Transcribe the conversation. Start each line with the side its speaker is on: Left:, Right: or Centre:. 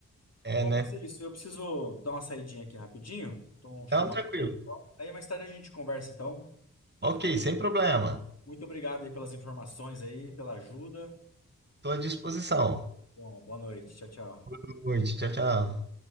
Right: É,
Left: Bom,
Right: é, né?
Left: mas é isso. Eu preciso dar uma saidinha aqui rapidinho. Estão chamando.
Right: Então, tranquilo.
Left: Aí mais tarde a gente conversa, então.
Right: Ok, sem problema.
Left: Muito obrigado aí pelas informações aí, pela ajuda.
Right: Estou à disposição.
Left: Bom, boa noite. Tchau, tchau.
Right: Boa noite, tchau, tchau.